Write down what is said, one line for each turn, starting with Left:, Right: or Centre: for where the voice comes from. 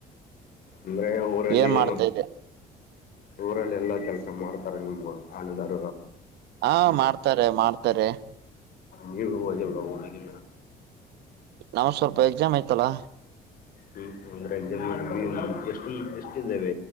Left: ಅಂದ್ರೆ ಊರಲ್ಲಿ
Right: ಏನ್
Left: <inaudible>
Right: ಮಾಡ್ತಾ ಇದ್ದೆ
Left: ಊರಲ್ಲಿ ಎಲ್ಲಾ ಕೆಲಸ ಮಾಡ್ತಾರೆ ನಿಮ್ಮ ಆನದಾರ
Right: ಹಾ ಮಾಡ್ತಾರೆ ಮಾಡ್ತಾರೆ
Left: ನೀವು ಹೋಗಿಲ್ವಾ ಊರಿಗೆ
Right: ನಾ ಸ್ವಲ್ಪ ಎಕ್ಸಾಮ್ ಆಯ್ತಲ್ಲಾ
Left: ಹ್ಮ್ ಅಂದ್ರೆ ಎಕ್ಸಾಮ್ ಎಷ್ಟು ಎಷ್ಟ ಇದ್ದಾವೆ